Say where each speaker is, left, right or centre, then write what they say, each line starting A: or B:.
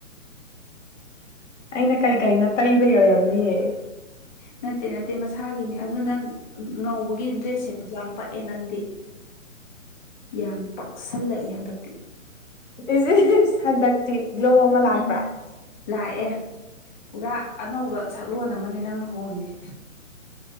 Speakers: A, on the left; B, on the left.
A: ꯑꯩꯅ ꯀꯩ ꯀꯩꯅꯣ ꯇꯩꯕꯩ ꯑꯣꯏꯔꯝꯅꯤꯌ‌ꯦ
B: ꯅꯠꯇꯦ ꯅꯠꯇꯦ ꯃꯁꯥꯒꯤꯅꯤ ꯑꯗꯨ ꯅꯪ ꯉꯧꯕꯒꯤ ꯗ꯭ꯔꯦꯁ ꯁ‌ꯦꯠꯄꯁꯨ ꯌꯥꯝ ꯄꯛꯑꯦ ꯅꯪꯗꯤ ꯌꯥꯝ ꯄꯛꯁꯜꯂꯛꯑꯦ ꯍꯟꯗꯛꯇꯤ
A: ꯏꯁ ꯍꯟꯗꯛꯇꯤ ꯒ꯭ꯂꯣ ꯑꯃ ꯂꯥꯛꯄ꯭ꯔꯥ
B: ꯎꯝ ꯂꯥꯛꯑꯦ ꯄꯨꯔꯥ ꯑꯅꯧꯕ ꯁꯛꯂꯣꯟ ꯑꯃꯅꯤ ꯅꯪꯅ ꯍꯣꯡꯉꯁꯦ